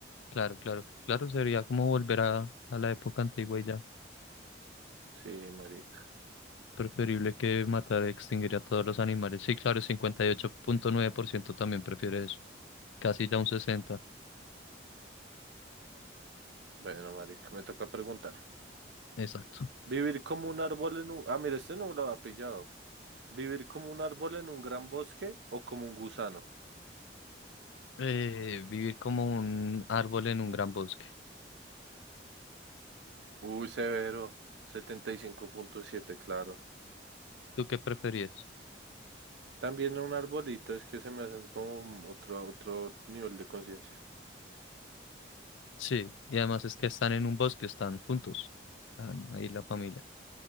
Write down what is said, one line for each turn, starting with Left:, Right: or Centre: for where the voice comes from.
Left: Claro, claro. Claro, sería como volver a, a la época antigua y ya.
Right: Sí, marica.
Left: Preferible que matar, extinguir a todos los animales. Sí, claro, 58.9% también prefiere eso. Casi ya un 60.
Right: Bueno, marica, me toca preguntar.
Left: Exacto.
Right: Vivir como un árbol en un... Ah, mira, este no lo ha pillado. Vivir como un árbol en un gran bosque o como un gusano.
Left: Eh, vivir como un árbol en un gran bosque.
Right: Uy, severo. setenta y cinco punto siete claro.
Left: ¿Tú qué preferías?
Right: También un arbolito, es que se me hacen como otro, otro nivel de conciencia.
Left: Sí, y además es que están en un bosque, están juntos. Están ahí la familia.